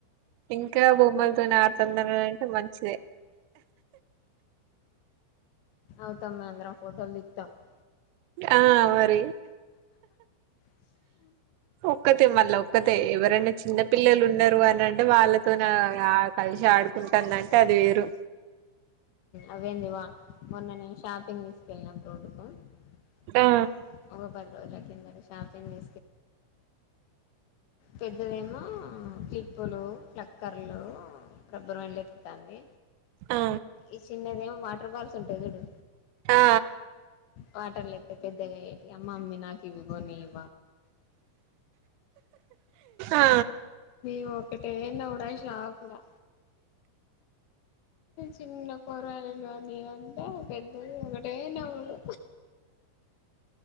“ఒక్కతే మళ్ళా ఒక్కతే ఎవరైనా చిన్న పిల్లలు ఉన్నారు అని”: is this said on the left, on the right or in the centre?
Right